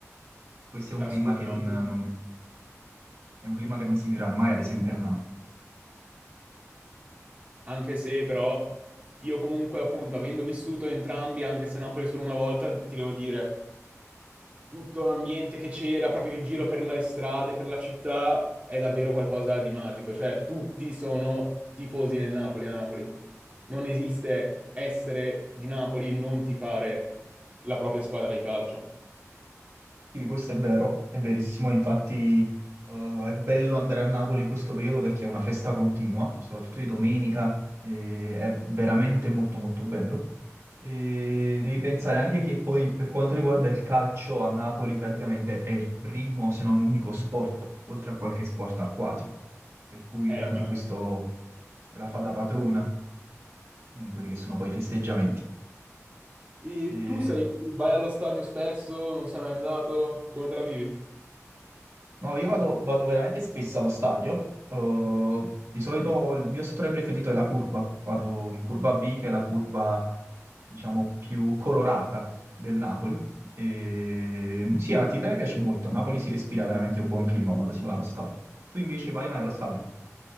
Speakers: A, on the right; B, on the right.
A: Questo è un
B: Assolutamente
A: clima che non non- è un clima che non si vivrà mai, ad esempio, a Napoli.
B: Anche se però io comunque appunto avendo vissuto entrambi, anche se Napoli solo una volta, ti devo dire, tutto l'ambiente che c'era proprio in giro per le strade, per la città, è davvero qualcosa di magico. Cioè tutti sono tifosi del Napoli a Napoli. Non esiste essere di Napoli e non tifare la propria squadra di calcio.
A: Sì, questo è vero, è verissimo, infatti eh, è bello andare a Napoli in questo periodo perché è una festa continua, soprattutto di domenica, e è veramente molto molto bello. E devi pensare anche che poi per quanto riguarda il calcio a Napoli praticamente è il primo se non unico sport, oltre a qualche sport acquatico, per cui
B: Eh,
A: anche
B: immagino.
A: questo la fa da padrona in quelli che sono poi i festeggiamenti.
B: E
A: E
B: tu sei, vai allo stadio spesso, non sei mai andato, come te la vivi?
A: No, io vado, vado veramente spesso allo stadio. Uh, di solito il mio settore preferito è la curva. Vado in curva B, che è la curva, diciamo, più colorata del Napoli. E... Sì, è un'attività che mi piace molto. A Napoli si respira veramente un buon clima quando si va allo stadio. Tu invece vai mai allo stadio?